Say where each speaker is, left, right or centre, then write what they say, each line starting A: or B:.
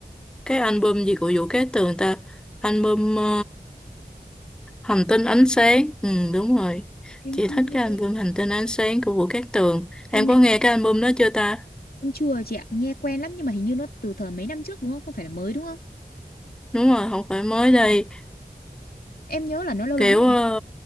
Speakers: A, in the centre; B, on the left (about 65°).
A: cái album gì của Vũ Cát Tường ta album ờ, Hành tinh ánh sáng ừ đúng rồi
B: Em
A: chị
B: không
A: thích
B: nghe,
A: cái album Hành tinh ánh sáng của Vũ Cát Tường em
B: em lại
A: có nghe cái album đó chưa ta
B: em chưa chị ạ, nghe quen lắm nhưng mà hình như nó từ thời mấy năm trước đúng không? Không phải là mới đúng không?
A: đúng rồi không phải mới đây
B: Em nhớ là nó lâu lắm
A: kiểu
B: rồi.
A: ờ,